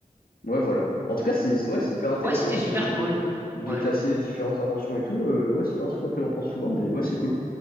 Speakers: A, on the left; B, on the right.
A: Ouais, voilà. En tout cas, c'est ouais, c'est hyper intéressant
B: Ouais, c'était super
A: de,
B: cool.
A: de
B: Ouais.
A: classer les différentes inventions et tout. Euh, ouais, c'est pas un truc auquel on pense souvent, mais ouais, c'est cool.